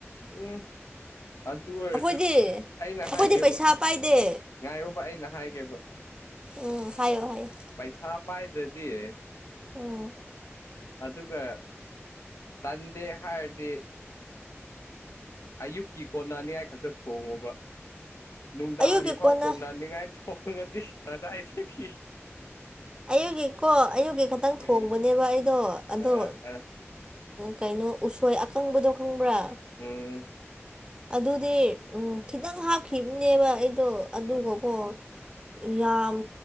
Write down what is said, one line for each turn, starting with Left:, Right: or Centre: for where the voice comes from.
Left: ꯎꯝ ꯑꯗꯨ ꯑꯣꯏꯔꯁꯨ
Right: ꯑꯩꯈꯣꯏꯗꯤ ꯑꯩꯈꯣꯏꯗꯤ
Left: ꯑꯩꯅ ꯍꯥꯏꯒꯦꯕ
Right: ꯄꯩꯁꯥ ꯄꯥꯏꯗꯦ
Left: ꯉꯥꯏꯌꯨꯕ ꯑꯩꯅ ꯍꯥꯏꯒꯦꯕ
Right: ꯎꯝ ꯍꯥꯏꯌꯣ ꯍꯥꯏꯌꯣ
Left: ꯄꯩꯁꯥ ꯄꯥꯏꯗ꯭ꯔꯗꯤ
Right: ꯎꯝ
Left: ꯑꯗꯨꯒ ꯇꯟꯗꯦ ꯍꯥꯏꯔꯗꯤ ꯑꯌꯨꯛꯀꯤ ꯀꯣꯟꯅꯅꯤꯡꯉꯥꯏ ꯈꯥꯛꯇ ꯊꯣꯡꯉꯣꯕ ꯅꯨꯡꯗꯥꯡꯒꯤꯐꯥꯎ
Right: ꯑꯌꯨꯛꯀꯤ ꯀꯣꯟꯅ
Left: ꯀꯣꯟꯅꯅꯤꯡꯉꯥꯏ ꯊꯣꯡꯉꯗꯤ ꯀꯗꯥꯏꯗꯒꯤ
Right: ꯑꯌꯨꯛꯀꯤꯀꯣ ꯑꯌꯨꯛꯀꯤ ꯈꯇꯪ
Left: ꯎꯝ
Right: ꯊꯣꯡꯕꯅꯦꯕ ꯑꯩꯗꯣ ꯑꯗꯣ
Left: ꯑ ꯑ
Right: ꯀꯩꯅꯣ ꯎꯁꯣꯏ ꯑꯀꯪꯕꯗꯣ ꯈꯪꯕ꯭ꯔꯥ
Left: ꯎꯝ
Right: ꯑꯗꯨꯗꯤ ꯈꯤꯇꯪ ꯍꯥꯞꯈꯤꯕꯅꯦꯕ ꯑꯩ ꯑꯗꯣ ꯑꯗꯨꯒꯀꯣ
Left: ꯎꯝ ꯎꯝ ꯎꯝ
Right: ꯌꯥꯝ